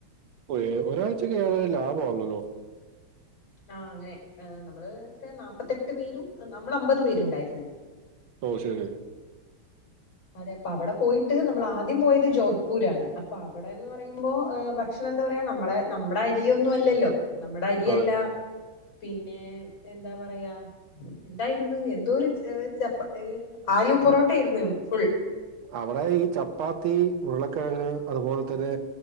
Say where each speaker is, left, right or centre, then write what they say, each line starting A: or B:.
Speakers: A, on the right; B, on the left.
A: ഒരേ ഒരായ്ചക്കെയ്ക്ക് ഏയായി ലാഭണല്ലോ.
B: ആ അങ്ങനെ ഏ നമ്മള് ത്രെയാ നാപത്തെട്ട് പേരും നമ്മളമ്പത് പേര്ണ്ടായിര്ന്ന്.
A: ഓ ശെരിരി.
B: അതെ പ്പവടെ പോയ്ട്ട് നമ്മളാദ്യം പോയത് ജോധ്പൂരാണ് അപ്പവടെന്ന് പറയുമ്പോ ഭ ക്ഷണംന്ന്പറയാ നമ്മളെ നമ്മടെ അരിയൊന്നുല്ലല്ലോ മ്മടെ അരിയല്ല
A: അതെ
B: പിന്നെ എന്താ പറയാ. എന്തായ്ര്ന്ന് എന്തോരു ച്ച പ്പ ആലു പൊറോട്ടേര്ന്ന് ഫുൾ.
A: അവടെ ഈ ചപ്പാത്തി ഉരുളക്കെഴങ്ങ് അതുപോൽതന്നെ